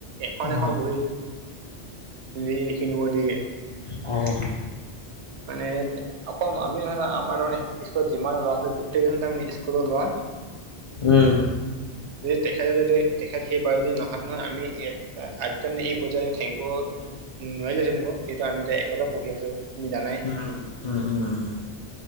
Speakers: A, on the right; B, on the left.
A: এখন
B: অ
A: এখন বহি। লি লিখি নিব দিয়ে।
B: অ'।
A: <inaudible> মানে তে অকল আমি নহয় নহয় আমাৰ তাৰমানে স্কুলত যিমান ল'ৰাছোৱালী গোটেই কেইজন তাৰমানে স্কুলৰ লৰা।
B: উম।
A: যদি তেখেতে যদি তেখেত সেই বাৰু যদি নহাতে নহয় আমি আজি তাৰমানে এই পৰ্যায় থাকিব উম নোৱাৰি দেই থাকিব সেইটো আমিযে এতিয়া একেটা পঢ়ি আছো। তুমি জানাই
B: <inaudible>